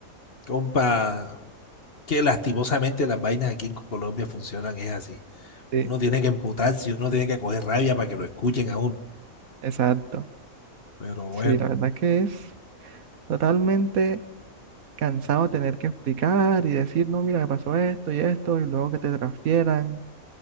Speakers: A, on the left; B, on the right.
A: compa, que lastimosamente las vainas aquí en Colombia funcionan, es así.
B: Sí,
A: Uno tiene que emputarse, uno tiene que coger rabia para que lo escuchen aún.
B: exacto.
A: Pero bueno,
B: Sí, la verdad que es totalmente cansado tener que explicar y decir, no, mira, me pasó esto y esto, y luego que te transfieran